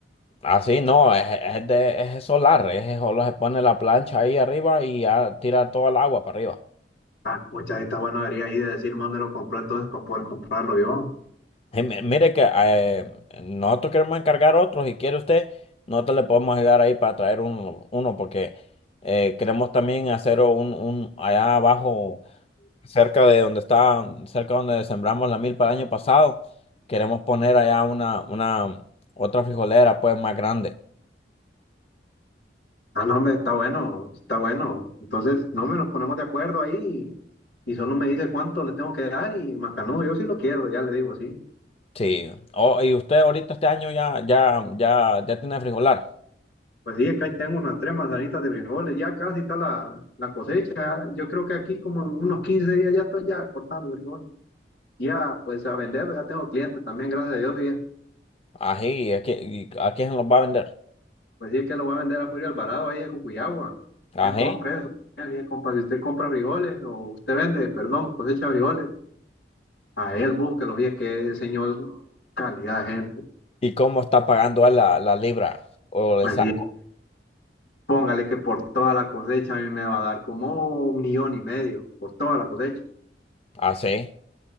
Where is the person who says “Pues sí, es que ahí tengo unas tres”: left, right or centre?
Left